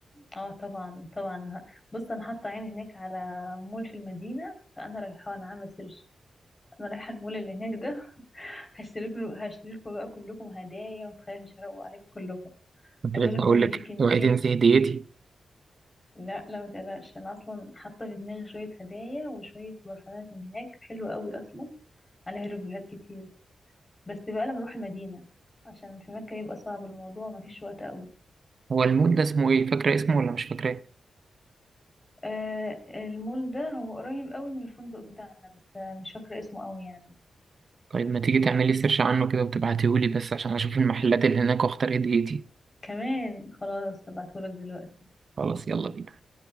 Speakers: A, on the left; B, on the right.
A: اه طبعا طبعا بص انا حاطه عيني هناك على مول في المدينه فانا رايحه انا عامله سيرش انا رايحه المول اللي هناك ده <laughs> هشتري لكم هشتري لكم بقى كلكم هدايا وتخافي اشرقوا عليكم كلكم
B: كنت
A: عايز
B: لسه
A: اقول لك
B: هقول
A: ان انا
B: لك
A: في كميه
B: اوعي تنسي هديتي
A: لا لا ما تقلقش انا اصلا حاطه في دماغي شويه هدايا وشويه برفانات من هناك حلوه قوي اصلا عليها ريفيوهات كتير بس بقى لما اروح المدينه عشان في مكه يبقى صعب الموضوع ما فيش وقت قوي
B: هو المول ده اسمه ايه فاكره اسمه ولا مش فاكراه
A: آه المول ده هو قريب قوي من الفندق بتاعنا بس آه، مش فاكره اسمه قوي يعني
B: طيب ما تيجي تعملي سيرش عنه كده وتبعتيهولي بس عشان اشوف المحلات اللي هناك واختار هديتي
A: كمان خلاص هبعتهولك دلوقتي
B: خلاص يلا بينا